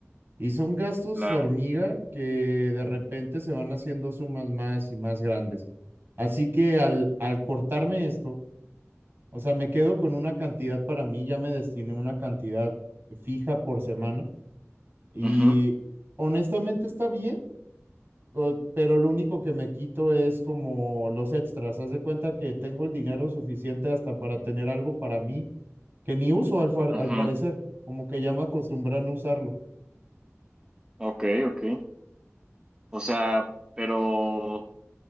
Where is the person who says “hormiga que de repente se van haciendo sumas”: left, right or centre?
Right